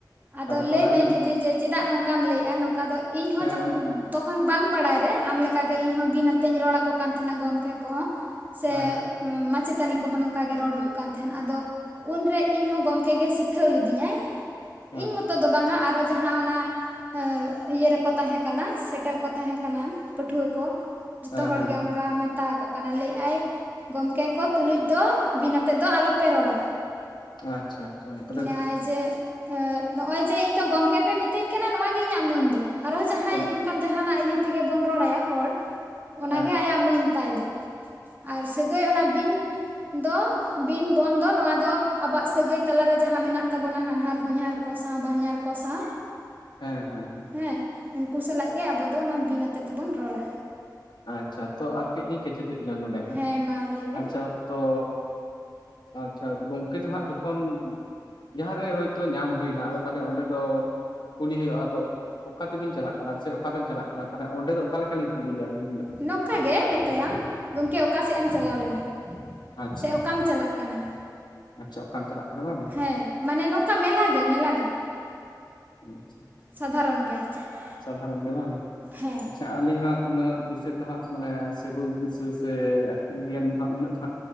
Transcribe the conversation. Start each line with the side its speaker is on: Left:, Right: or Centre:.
Right: ᱟᱫᱚ
Left: ᱛᱟᱦᱚᱞᱮ
Right: ᱞᱟᱹᱭᱢᱮ ᱡᱩᱫᱤ ᱡᱮ, ᱪᱮᱫᱟᱜ ᱱᱚᱝᱠᱟᱢ ᱞᱟᱹᱭᱼᱟ ᱱᱚᱝᱠᱟ ᱫᱚ? ᱤᱧ ᱦᱚᱸ
Left: ᱦᱮᱸ ᱦᱮᱸ
Right: ᱡᱚᱠᱷᱚᱱ ᱛᱚᱠᱷᱚᱱ ᱵᱟᱝ ᱵᱟᱲᱟᱭ ᱨᱮ, ᱟᱢ ᱞᱮᱠᱟᱜᱮ ᱤᱧᱦᱚᱸ ᱵᱤᱱ ᱟᱛᱮᱧ ᱨᱚᱲ ᱟᱠᱚ ᱠᱟᱱ ᱛᱟᱦᱮᱸᱱᱟ ᱜᱚᱢᱠᱮ ᱠᱚᱦᱚᱸ᱾ ᱥᱮ
Left: ᱦᱮᱸ
Right: ᱢᱟᱪᱮᱛᱟᱹᱱᱤ ᱠᱚᱦᱚᱸ, ᱱᱚᱝᱠᱟ ᱜᱮ ᱨᱚᱲ ᱦᱩᱭᱩᱜ ᱠᱟᱱ ᱛᱟᱦᱮᱸᱱ, ᱟᱫᱚ ᱩᱱᱨᱮ ᱤᱧ ᱦᱚᱸ ᱜᱚᱢ ᱛᱮ ᱜᱮ ᱥᱤᱠᱷᱟᱹᱣ ᱞᱤᱫᱤᱧᱟᱭ, ᱤᱧ
Left: ᱟᱪᱪᱷᱟ
Right: ᱢᱚᱛᱚ ᱫᱚ ᱵᱟᱝᱟ ᱟᱨᱚ ᱡᱟᱸᱦᱟ ᱚᱱᱟ ᱟᱸ, ᱤᱭᱟᱹ ᱨᱮᱠᱚ ᱛᱟᱦᱮᱸ ᱠᱟᱱᱟ, ᱥᱮᱴᱮᱨ ᱠᱚ ᱛᱟᱦᱮᱸ ᱠᱟᱱᱟ ᱯᱟᱹᱴᱷᱩᱣᱟᱹ ᱠᱚ᱾ ᱡᱚᱛᱚ
Left: ᱦᱮᱸ
Right: ᱦᱚᱲ
Left: ᱦᱮᱸ
Right: ᱜᱮ
Left: ᱦᱮᱸ
Right: ᱚᱱᱠᱟ ᱢᱮᱱ ᱢᱮᱛᱟ ᱟᱠᱚ ᱠᱟᱱᱟ, ᱞᱟᱹᱭ ᱟᱭ ᱜᱚᱢᱠᱮ ᱠᱚ ᱛᱩᱞᱩᱡ ᱫᱚ ᱵᱤᱱ ᱟᱛᱮᱜ ᱫᱚ ᱟᱞᱚᱯᱮ ᱨᱚᱲᱟ᱾
Left: ᱟᱪᱪᱷᱟ, ᱟᱪᱪᱷᱟ ᱛᱟᱦᱚᱞᱮ
Right: ᱢᱮᱱᱮ
Left: ᱦᱮᱸ
Right: ᱟᱭ ᱡᱮ ᱱᱚᱜᱼᱚᱭ ᱡᱮ, ᱤᱧ ᱫᱚ ᱜᱚᱝᱠᱮ ᱯᱮ ᱢᱤᱛᱟᱹᱧ ᱠᱟᱱᱟ ᱱᱚᱣᱟ ᱜᱮ ᱤᱧᱟᱹᱜ ᱢᱟᱹᱱ ᱫᱚ᱾ ᱟᱨᱚ ᱡᱟᱦᱟᱸᱭ
Left: ᱦᱮᱸ
Right: ᱚᱱᱠᱟᱱ ᱡᱟᱦᱟᱸᱱᱟᱜ, ᱤᱭᱟᱹ ᱛᱮᱜᱮ ᱵᱚᱱ ᱨᱚᱲ ᱟᱭᱟ ᱦᱚᱲ᱾ ᱚᱱᱟᱜᱮ
Left: ᱦᱮᱸ ᱦᱮᱸ
Right: ᱟᱭᱟᱜ ᱢᱟᱹᱱ ᱛᱟᱭ ᱫᱚ, ᱟᱨ ᱥᱟᱹᱜᱟᱹᱭ ᱚᱱᱟ ᱵᱤᱱ ᱫᱚ, ᱵᱤᱱ, ᱵᱚᱱ, ᱫᱚ ᱱᱚᱣᱟ ᱫᱚ ᱟᱵᱚᱣᱟᱜ ᱥᱟᱹᱜᱟᱹᱭ ᱛᱟᱞᱟᱨᱮ ᱡᱟᱦᱟᱸ ᱢᱮᱱᱟᱜ ᱛᱟᱵᱚᱱᱟ, ᱦᱟᱱᱦᱟᱨ, ᱦᱚᱧᱦᱟᱨ, ᱠᱚ ᱥᱟᱶ ᱵᱟᱦᱧᱟᱨ ᱠᱚ ᱥᱟᱶ
Left: ᱦᱮᱸ, ᱦᱮᱸ, ᱦᱮᱸ,
Right: ᱦᱮᱸ, ᱩᱱᱠᱩ ᱥᱟᱞᱟᱜ ᱜᱮ ᱟᱵᱚ ᱫᱚ, ᱚᱱᱟ ᱵᱤᱱ ᱟᱛᱮᱫ ᱫᱚᱵᱚᱱ ᱨᱚᱲᱟ᱾
Left: ᱟᱪᱪᱷᱟ, ᱛᱚ ᱟᱨ ᱠᱟᱹᱡ ᱞᱤᱧ ᱠᱮᱪᱮᱛᱮ ᱵᱤᱱᱟ ᱱᱚᱸᱰᱮ ᱦᱟᱸᱜ,
Right: ᱦᱮᱸ ᱢᱟ ᱞᱟᱹᱭ ᱵᱮᱱ
Left: ᱟᱪᱪᱷᱟ ᱛᱚ? ᱟᱪᱪᱷᱟ, ᱜᱚᱝᱠᱮ ᱛᱚ ᱦᱟᱸᱜ ᱡᱚᱠᱷᱚᱱ ᱡᱟᱦᱟᱸᱨᱮ ᱦᱳᱭᱛᱳ ᱧᱟᱢ ᱦᱩᱭᱱᱟ, ᱟᱫᱚ ᱛᱟᱦᱚᱞᱮ ᱚᱸᱰᱮ ᱫᱚ ᱠᱩᱞᱤ ᱦᱩᱭᱩᱜᱼᱟ, ᱛᱚ ᱚᱠᱟ ᱛᱮᱵᱤᱱ ᱪᱟᱞᱟᱜ ᱠᱟᱱᱟ ᱥᱮ, ᱚᱠᱟ ᱨᱮᱢ ᱪᱟᱞᱟᱜ ᱠᱟᱱᱟ ᱛᱟᱦᱚᱞᱮ, ᱚᱸᱰᱮ ᱫᱚ ᱚᱠᱟ ᱞᱮᱠᱟ ᱞᱤᱧ ᱠᱩᱞᱤᱭᱟ, ᱞᱤᱧ?
Right: ᱱᱚᱝᱠᱟ ᱜᱮ ᱢᱮᱛᱟ ᱭᱟᱢ, ᱜᱚᱢᱠᱮ ᱚᱠᱟ ᱥᱮᱜ ᱮᱢ ᱪᱟᱞᱟᱣ ᱞᱮᱱᱟ?
Left: ᱟᱪᱪᱷᱟ,
Right: ᱥᱮ ᱚᱠᱟᱢ
Left: ᱟᱪᱪᱷᱟ,
Right: ᱪᱟᱞᱟᱜ ᱠᱟᱱᱟ
Left: ᱟᱪᱪᱷᱟ, ᱚᱠᱟᱢ ᱪᱟᱞᱟᱜ ᱠᱟᱱᱟ ᱵᱟᱝ?
Right: ᱦᱮᱸ, ᱢᱟᱱᱮ ᱱᱚᱝᱠᱟ ᱢᱮᱞᱟ ᱜᱮ, ᱢᱮᱞᱟ ᱜᱮ
Left: ᱟᱪᱪᱷᱟ,
Right: ᱥᱟᱫᱷᱟᱨᱚᱱ ᱜᱮ, ᱟᱨ ᱪᱮᱫ
Left: ᱥᱟᱫᱷᱟᱨᱚᱱ ᱜᱮ ᱵᱟᱝ,
Right: ᱦᱮᱸ
Left: ᱟᱪᱪᱷᱟ? ᱟᱹᱞᱤᱧ ᱦᱟᱸᱜ ᱩᱱᱟᱹᱜ ᱫᱤᱥᱟᱹ ᱠᱚ ᱦᱟᱸᱜ, ᱢᱟᱱᱮ ᱥᱮ ᱦᱩᱥ ᱫᱤᱥᱟᱹ ᱥᱮ, ᱟᱹᱠᱤᱞ ᱜᱮᱭᱟᱱ ᱫᱚ ᱦᱟᱸᱜ, ᱩᱱᱟᱹᱜ ᱫᱚ